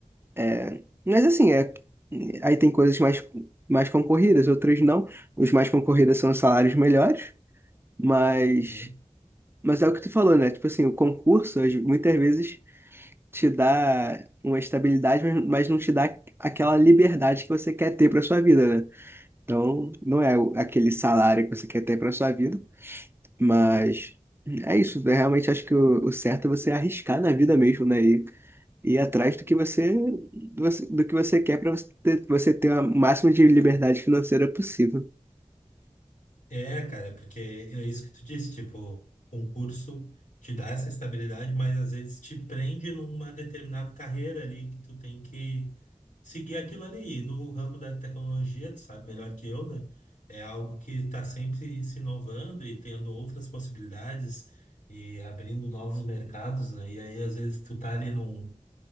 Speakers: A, on the right; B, on the left.
A: É, mas assim, é, aí tem coisas mais, mais concorridas, outras não. Os mais concorridos são os salários melhores, mas,
B: Uhum.
A: mas é o que tu falou, né? Tipo assim, o concurso às- muitas vezes te dá uma estabilidade, mas mas não te dá aquela liberdade que você quer ter para sua vida, né? Então, não é o- aquele salário que você quer ter para sua vida, mas é isso. Eu realmente acho que o, o certo é você arriscar na vida mesmo, né? e ir atrás do que você do, você- do que você quer para você ter, você ter a máxima de liberdade financeira possível.
B: É, cara, porque é isso que tu disse, tipo, concurso te dá essa estabilidade, mas às vezes te prende numa determinada carreira ali que tu tem que seguir aquilo ali. E No ramo da tecnologia, tu sabe melhor que eu, né? É algo que tá sempre se inovando e tendo outras possibilidades e abrindo novos mercados, né? E aí às vezes tu tá ali num,